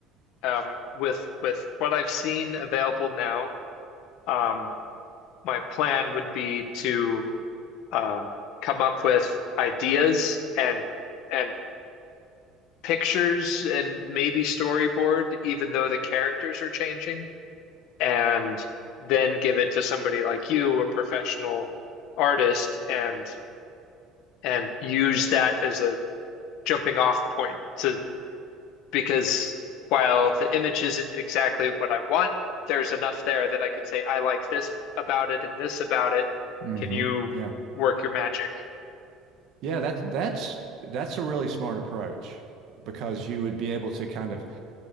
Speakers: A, on the left; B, on the right.
A: um, with with what I've seen available now, um, my plan would be to um, come up with ideas and and pictures and maybe storyboard, even though the characters are changing, and then give it to somebody like you, a professional artist, and and use that as a jumping off point to because while the image isn't exactly what I want, there's enough there that I can say, I like this about it and this about it.
B: hmm
A: Can you
B: Yeah.
A: work your magic?
B: Yeah, that's that's that's a really smart approach because you would be able to kind of